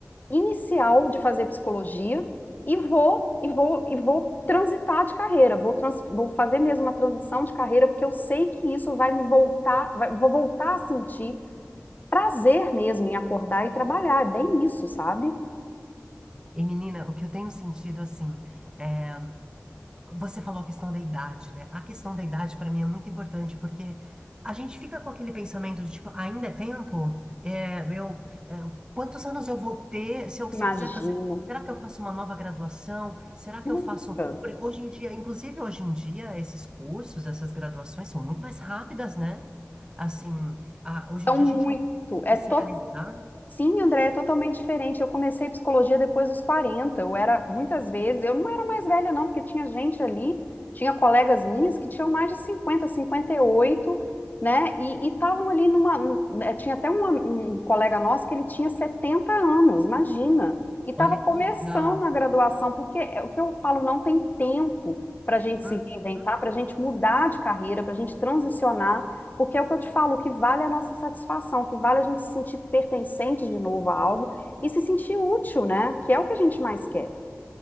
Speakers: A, on the left (about 35°); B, on the right (about 15°).
A: inicial de fazer psicologia e vou e vou e vou transitar de carreira, vou, trans- vou fazer mesmo uma transição de carreira porque eu sei que isso vai me voltar, vai- vou voltar a sentir prazer mesmo em acordar e trabalhar, é bem isso, sabe?
B: E menina, o que eu tenho sentido assim, é Você falou a questão da idade, né? A questão da idade para mim é muito importante porque a gente fica com aquele pensamento de tipo, ainda é tempo? É, eu, é, quantos anos eu vou ter? Se eu, se
A: Imagina.
B: eu quiser fazer, será que eu faço uma nova graduação? Será que
A: Nossa,
B: eu faço. Por- Hoje em dia, inclusive hoje em dia, esses cursos, essas graduações são muito mais rápidas, né? Assim, a- hoje
A: são
B: em dia
A: muito,
B: a gente consegue se especializar.
A: é Sim, André, é totalmente diferente. Eu comecei psicologia depois dos 40. Eu era, muitas vezes, eu não era mais velha, não, porque tinha gente ali, tinha colegas minhas que tinham mais de cinquenta, cinquenta e oito, né? E estavam ali numa. eh, Tinha até uma- um colega nosso que ele tinha 70 anos, imagina. E estava
B: Olha
A: começando
B: que legal.
A: a graduação, porque é o que eu falo, não tem tempo para a gente se
B: Uhum.
A: reinventar, para a gente mudar de carreira, para a gente transicionar. Porque é o que eu te falo, o que vale é a nossa satisfação, o que vale é a gente se sentir pertencente de novo a algo e se sentir útil, né? Que é o que a gente mais quer.